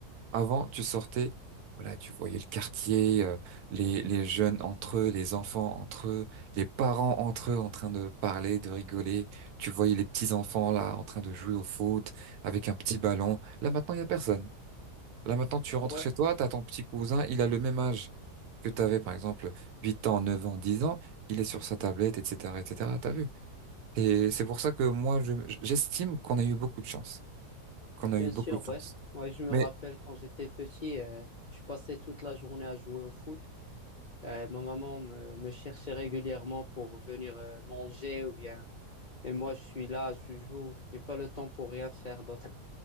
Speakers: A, on the right; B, on the left.
A: avant, tu sortais, voilà, tu voyais le quartier, euh, les, les jeunes entre eux, les enfants entre eux, les parents entre eux en train de parler, de rigoler. Tu voyais les petits enfants là en train de jouer au foot avec un petit ballon. Là maintenant, il y a personne. Là maintenant, tu rentres
B: Ouais,
A: chez toi, tu as ton petit cousin, il a le même âge que tu avais, par exemple, 8 ans, 9 ans, 10 ans, il est sur sa tablette, etc., etc., t'as vu? Et c'est pour ça que moi, je- j'estime qu'on a eu beaucoup de chance, qu'on a
B: bien
A: eu beaucoup
B: sûr,
A: de chance.
B: ouais. Ouais, je me
A: Mais
B: rappelle quand j'étais petit, euh, je passais toute la journée à jouer au foot. Euh, ma maman me, me cherchait régulièrement pour venir euh, manger ou bien. Et moi, je suis là, je joue, j'ai pas le temps pour rien faire d'autre.